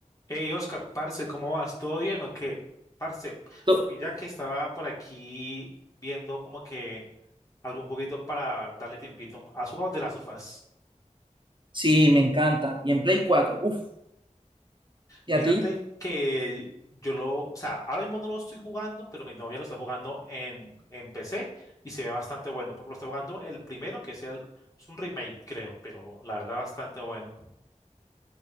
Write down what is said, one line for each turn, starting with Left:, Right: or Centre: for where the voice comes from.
Left: Hey, Oscar, parce, ¿cómo vas? ¿Todo bien o qué? Parce,
Right: To-
Left: y ya que estaba por aquí viendo como que algún juguito para darle tiempito, ¿has jugado de las sofás?
Right: Sí, me encanta. Y en Play 4, uff, ¿y
Left: Fíjate
Right: a ti?
Left: que yo lo, o sea, ahora mismo no lo estoy jugando, pero mi novia lo está jugando en, en PC y se ve bastante bueno. Pero lo está jugando el primero, que es, el, es un remake, creo, pero la verdad bastante bueno.